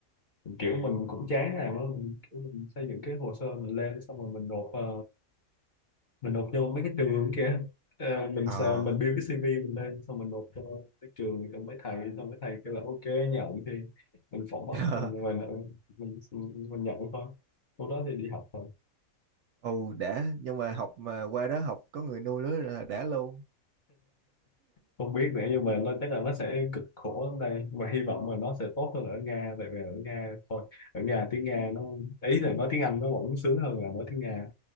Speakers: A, on the left; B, on the right.
A: kiểu mình cũng chán làm á, mình, kiểu mình xây dựng cái hồ sơ mình lên xong rồi mình nộp à, mình nộp vô mấy cái trường kia Ờ, mình
B: à
A: sợ- mình build cái CV mình lên xong mình nộp cho cái trường cho mấy thầy xong mấy thầy kêu là ok nhận thì mình phỏng vấn
B: <laughs>
A: mình rồi mình, mình mình nhận thôi lúc đó thì đi học thôi
B: ồ đã nhưng mà học mà qua đó học có người nuôi đó là đã luôn
A: không biết nữa nhưng mà nó chắc là nó sẽ cực khổ lắm đây mà hy vọng là nó sẽ tốt hơn ở Nga tại vì ở Nga thôi ở Nga tiếng Nga nó ý là nói tiếng Anh nó vẫn sướng hơn là nói tiếng Nga